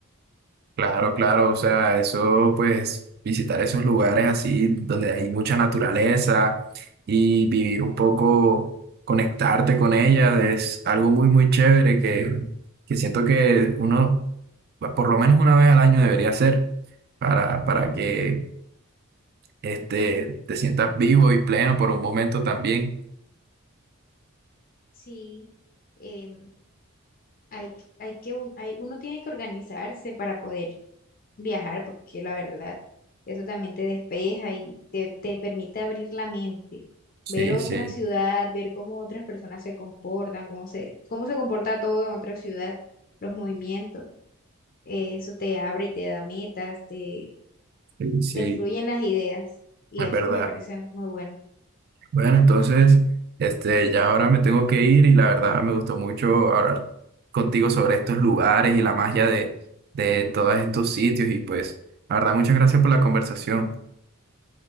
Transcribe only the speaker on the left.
Sí, em, hay, hay que, un- hay, uno tiene que organizarse para poder viajar, porque la verdad, eso también te despeja y te, te permite abrir la mente,
ver otra
ciudad, ver cómo otras personas se comportan, cómo se, cómo se comporta todo en otra ciudad, los movimientos, eh, eso te abre y te da metas, te,
te fluyen las ideas y
eso
me parece muy bueno.